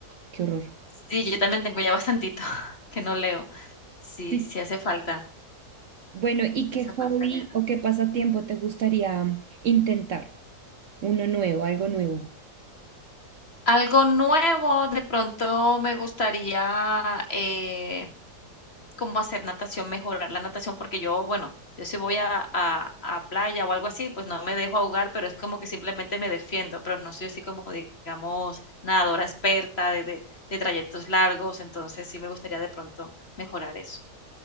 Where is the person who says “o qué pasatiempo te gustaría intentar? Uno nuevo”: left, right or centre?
Right